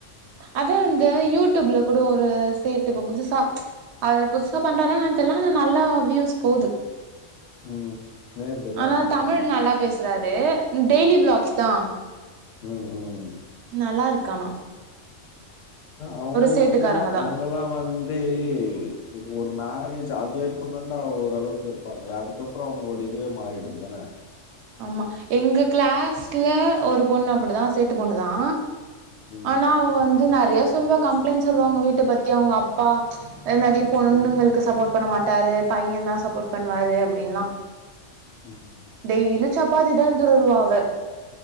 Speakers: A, on the right (about 70°); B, on the left (about 85°).
A: அதா அந்து யூடியூப்ல கூட ஒரு சேட்டு இப்ப புதுசா ம்ச் அவரு புதுசா பன்றாரா என்னன்னு தெரிலான ஆனா நல்லா வியூஸ் போது
B: ம் நேத்துதா
A: ஆனா
B: அப்டி
A: தமிழ்
B: பண்ணே
A: நல்லா பேசுறாரு டெய்லி விளாக்ஸ் தா
B: ம், ம்.
A: நல்லாருக்கானா
B: அத அவுங்களுக்குல்லலா
A: சேட்டுக்காரங்க தா
B: அவுங்கல்லா வந்து இப்ப ஒரு மேரேஜ் அது வரைக்கு தாண்டா ஓரளவுக்கு இருப்பாங்களே அதுக்கப்பறொ அவுங்களோட இதுவே மாறிடுந்தானே <inaudible>
A: ஆமா எங்க க்ளாஸ்ல ஒரு பொண்ணு அப்டிதா சேட்டு பொண்ணுதா
B: ம்,
A: ஆனா அவ வந்து நெறையா சொல்வா கம்ப்ளைண்ட் சொல்லுவா அவுங்க வீட்ட பத்தி அவுங்கப்பா ம்ச் நெறைய பொண்ணுங்களுக்கு
B: ம்,
A: சப்போர்ட் பண்ண மாட்டாரு பைய தா சப்போர்ட் பண்ணுவாரு அப்டின்லா
B: ம் ம்
A: டெய்லு சப்பாத்தி தா எடுத்துரவா அவ